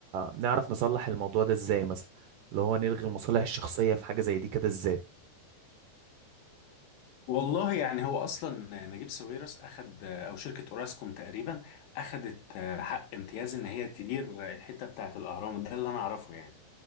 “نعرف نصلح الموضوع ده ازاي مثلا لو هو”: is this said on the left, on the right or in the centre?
Right